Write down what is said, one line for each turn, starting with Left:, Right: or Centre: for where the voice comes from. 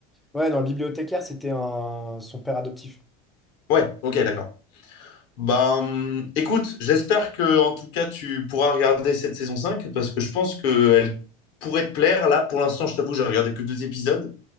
Centre: Ouais, dans le bibliothécaire, c'était un, son père adoptif.
Left: Ouais, ok, d'accord. Ben, écoute, j'espère que en tout cas tu pourras regarder cette saison 5 parce que je pense qu'elle pourrait te plaire. Là, pour l'instant, je t'avoue, j'ai regardé que deux épisodes,